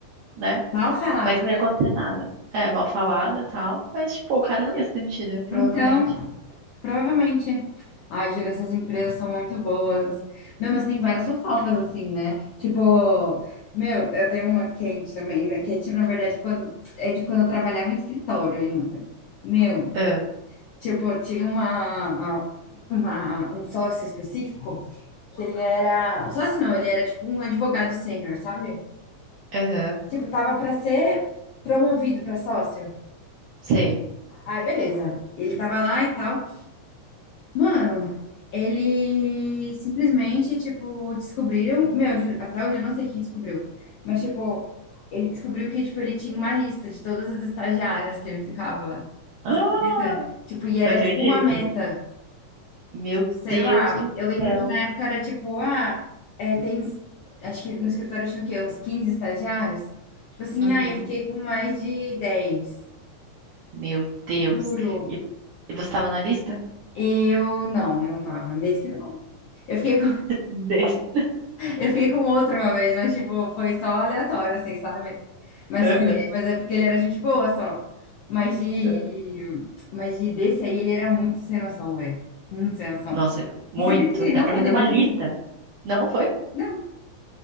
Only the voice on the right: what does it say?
né?
Mas não
ia acontecer nada. É, mal falada e tal. Mas, tipo, o cara não ia ser demitido, provavelmente.
Ah,
Aham,
sei.
Ah,
não acredito.
Meu
Deus
do
céu.
Uhum,
meu Deus.
E, e você tava na lista?
Desse.
Aham,
aham.
Nossa, muito.
Ainda
pra
fazer
uma lista. Não foi?